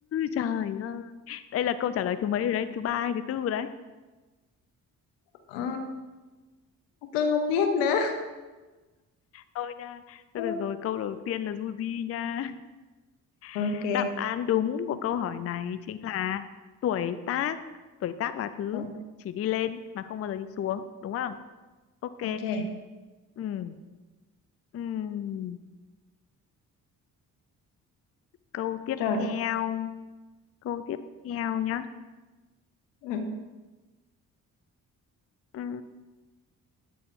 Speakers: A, on the left (about 35°); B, on the left (about 80°).
A: trời ơi đây là câu trả lời thứ mấy rồi đấy thứ ba hay thứ tư rồi đấy
B: Ờ, tôi không biết nữa
A: thôi nha thôi
B: Ừ.
A: được rồi câu đầu tiên là du di nha
B: ok
A: <laughs> đáp án đúng của câu hỏi này chính là tuổi tác tuổi tác là thứ
B: Ừ,
A: chỉ đi lên mà không bao giờ đi xuống đúng không ok
B: ok
A: ừ ừ câu tiếp
B: trời
A: theo câu tiếp theo nhá
B: ừ.
A: ừ